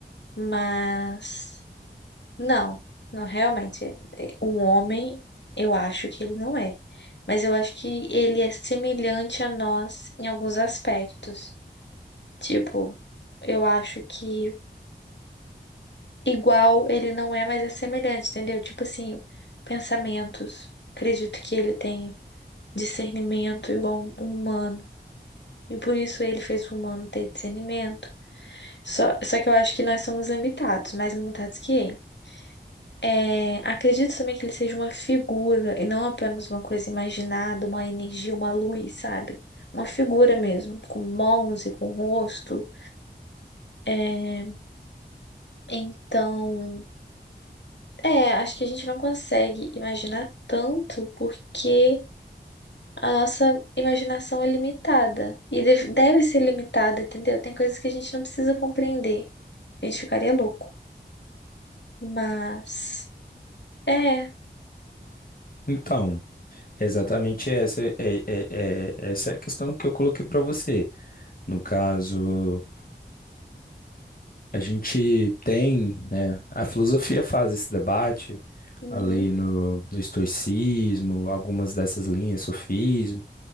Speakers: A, on the left; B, on the left.
A: Mas não, não realmente. é, Um homem, eu acho que ele não é. Mas eu acho que ele é semelhante a nós em alguns aspectos. Tipo, eu acho que igual ele não é, mas é semelhante, entendeu? Tipo assim, pensamentos. Acredito que ele tem discernimento igual um humano. E por isso ele fez o humano ter discernimento. Só, só que eu acho que nós somos limitados, mais limitados que ele. É, acredito também que ele seja uma figura e não apenas uma coisa imaginada, uma energia, uma luz, sabe? Uma figura mesmo, com mãos e com rosto. É, então, é, acho que a gente não consegue imaginar tanto porque a nossa imaginação é limitada e deve deve ser limitada, entendeu? Tem coisas que a gente não precisa compreender. A gente ficaria louco. Mas, é.
B: Então, exatamente essa é, é- é- essa é a questão que eu coloquei para você. No caso, A gente tem, né, a filosofia faz esse debate
A: Uhum,
B: ali no, no estoicismo, algumas dessas linhas, sofismo,